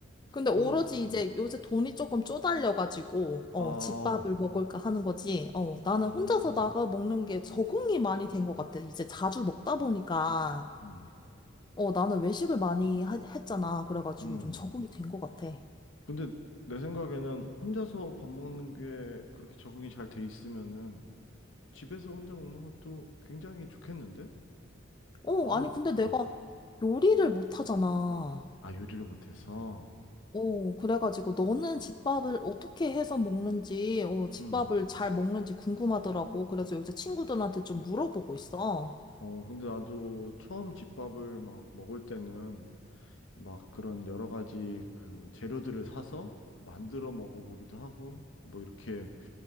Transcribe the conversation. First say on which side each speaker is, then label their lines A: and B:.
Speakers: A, on the left; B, on the left.
A: 근데
B: 그러면,
A: 오로지
B: 음.
A: 이제 요새 돈이 조금 쪼달려가지고, 어,
B: 어,
A: 집밥을 먹을까 하는 거지. 어, 나는
B: 음.
A: 혼자서 나가 먹는 게 적응이 많이 된 것 같아. 이제 자주 먹다 보니까,
B: 음,
A: 어, 나는 외식을 많이 하- 했잖아. 그래가지고
B: 음.
A: 좀 적응이 된 것 같아.
B: 근데 내 생각에는 혼자서 밥 먹는 게 그렇게 적응이 잘 돼 있으면은 집에서 혼자 먹는 것도 굉장히 좋겠는데?
A: 어,
B: 아무,
A: 아니, 근데 내가
B: 어,
A: 요리를 못 하잖아.
B: 아, 요리를 못해서.
A: 어, 그래가지고 너는 집밥을 어떻게 해서 먹는지, 어, 집밥을
B: 음.
A: 잘 먹는지 궁금하더라고. 그래서 요새 친구들한테 좀 물어보고 있어.
B: 어, 근데 나도 처음 집밥을 막 먹을 때는 막 그런 여러 가지 그 재료들을 사서 만들어 먹어보기도 하고 뭐 이렇게